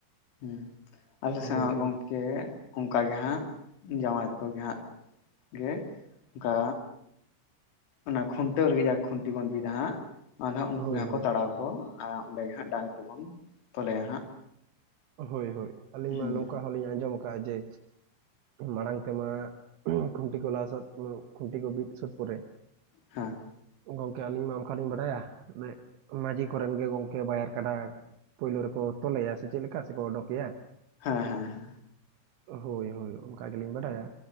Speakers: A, on the left; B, on the right.
A: ᱦᱮᱸ ᱟᱞᱮ
B: ᱦᱳᱭ
A: ᱥᱮᱫ ᱦᱚᱸ ᱜᱚᱢᱠᱮ
B: ᱚᱱ-
A: ᱚᱱᱠᱟ ᱜᱮ ᱦᱟᱸᱜ ᱡᱟᱶᱟᱭ ᱛᱟᱠᱚ ᱜᱮ ᱦᱟᱸᱜ ᱜᱮ ᱚᱝᱠᱟ ᱚᱱᱟ ᱠᱷᱩᱱᱴᱟᱹᱣ ᱞᱟᱹᱜᱤᱫ ᱡᱟᱦᱟᱸ ᱠᱷᱩᱱᱴᱤ ᱵᱚᱱ ᱵᱤ ᱫᱟᱦᱟᱜ ᱟᱫᱚ ᱦᱟᱸᱜ ᱩᱱᱠᱩ
B: ᱦᱳᱭ
A: ᱜᱮ ᱦᱟᱸᱜ
B: ᱦᱳᱭ
A: ᱠᱚ ᱛᱟᱲᱟᱣ ᱠᱚᱣᱟ ᱟᱨ ᱚᱸᱰᱮ ᱜᱮ ᱦᱟᱸᱜ ᱰᱟᱝ ᱛᱮ ᱵᱚᱱ ᱛᱚᱞᱮᱭᱟ ᱦᱟᱸᱜ
B: ᱦᱳᱭ ᱦᱳᱭ ᱟᱹᱞᱤᱧ
A: ᱦᱩᱸ
B: ᱢᱟ ᱱᱚᱝᱠᱟ ᱦᱚᱸᱞᱤᱧ ᱟᱸᱡᱚᱢ ᱟᱠᱟᱟᱜᱼᱟ ᱡᱮ ᱢᱟᱲᱟᱝ ᱛᱮᱢᱟ ᱠᱷᱩᱱᱴᱤ ᱠᱚ ᱞᱟᱦᱟ ᱥᱟᱹᱛ ᱠᱷᱩᱱᱴᱤ ᱠᱚ ᱵᱤᱫ ᱥᱟᱹᱛ ᱯᱚᱨᱮ
A: ᱦᱮᱸ᱾
B: ᱜᱚᱢᱠᱮ ᱟᱹᱞᱤᱧ ᱢᱟ ᱚᱱᱠᱟ ᱞᱤᱧ ᱵᱟᱰᱟᱭᱟ᱾ ᱢᱟᱺᱡᱷᱤ ᱠᱚᱨᱮᱱ ᱜᱮ ᱜᱚᱢᱠᱮ ᱵᱟᱭᱟᱨ ᱠᱟᱰᱟ ᱯᱳᱭᱞᱳ ᱨᱮᱠᱚ ᱛᱚᱞᱮᱭᱟ ᱥᱮ ᱪᱮᱫ ᱞᱮᱠᱟ ᱥᱮᱠᱚ ᱚᱰᱚᱠᱮᱭᱟ
A: ᱦᱮᱸ ᱦᱮᱸ ᱦᱮᱸ᱾
B: ᱦᱳᱭ ᱦᱳᱭ ᱚᱱᱠᱟ ᱜᱮᱞᱤᱧ ᱵᱟᱰᱟᱭᱟ᱾